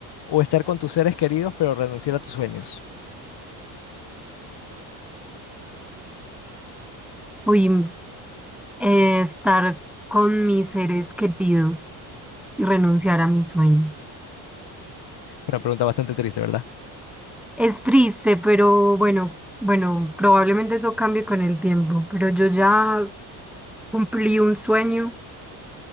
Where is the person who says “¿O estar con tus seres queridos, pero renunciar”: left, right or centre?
Left